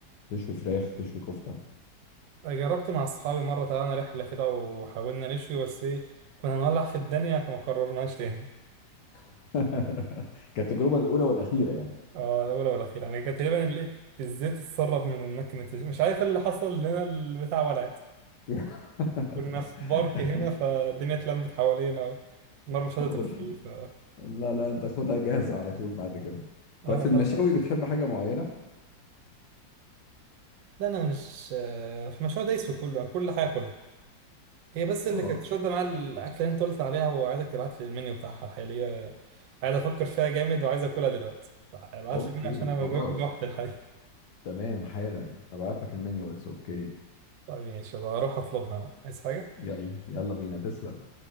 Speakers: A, on the left (about 70°); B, on the right (about 80°).
A: تشوي فراخ تشوي كفته
B: جربت مع أصحابي مرة طلعنا رحلة كده وحاولنا نشوي بس إيه كنا هنولع في الدنيا فما قررناش تاني
A: <laughs> كانت التجربه الاولى والاخيره يعني
B: اه الأولى والأخيرة يعني كان تقريبا ال- الزيت اتسرب من المكنة مش عارف إيه اللي حصل لنا البتاع ولعت
A: <laughs>
B: كنا في بارك هنا فالدنيا اتلمت حوالينا والنار مش قادرة
A: طب الح-
B: تطفي ف
A: لا لا انت خدها جاهزه على طول بعد كده
B: اه
A: طيب في
B: بلحق
A: <laughs> المشاوي بتحب حاجه معينه
B: لا أنا مش آه، في المشروع دايس في كله أنا كل حاجة أكلها هي بس اللي
A: اه
B: كانت شادة معايا الأكلة اللي أنت قلت عليها وعايزك تبعت لي المنيو بتاعها الحقيقة قاعد أفكر فيها جامد وعايز أكلها دلوقتي فابعت
A: اوكي
B: لي المنيو عشان أنا
A: خلاص
B: جوعت الحقيقة
A: تمام حالا هبعت لك المنيو اتس اوكي
B: طيب ماشي يلا أروح أطلبها أنا عايز حاجة؟
A: يلا يلا بينا تسلم